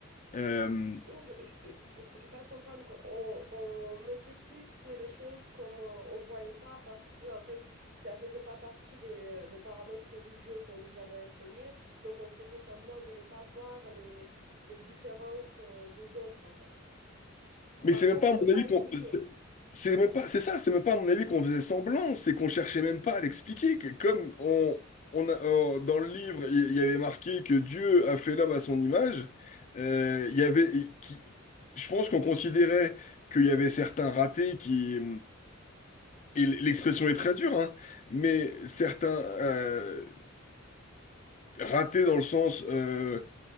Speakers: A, on the left (about 35°); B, on the right (about 50°).
A: euh,
B: Je, je- je- je pense comprendre qu'on on mettait plus les choses comme euh, on voyait pas parce que en fait ça faisait pas partie des, euh, des paramètres religieux qu'on nous avait enseignés donc on faisait semblant de ne pas voir les, les différences euh, des autres en fait
A: mais
B: parce
A: c'est
B: qu'on
A: même
B: ne
A: pas
B: pouvait
A: à mon
B: pas
A: avis
B: l'expliquer.
A: qu'on, C'est même pas, c'est ça, c'est même pas à mon avis qu'on faisait semblant, c'est qu'on cherchait même pas à l'expliquer. que Comme on, on a, euh, dans le livre, il y avait marqué que Dieu a fait l'homme à son image, euh, il y avait, qui- je pense qu'on considérait qu'il y avait certains ratés qui, et l'expression est très dure, hein, mais certains euh, ratés dans le sens euh,